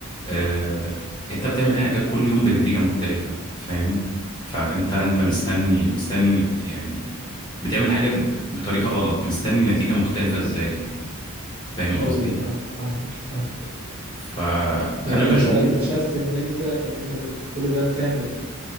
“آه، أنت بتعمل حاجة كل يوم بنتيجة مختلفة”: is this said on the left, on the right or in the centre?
Left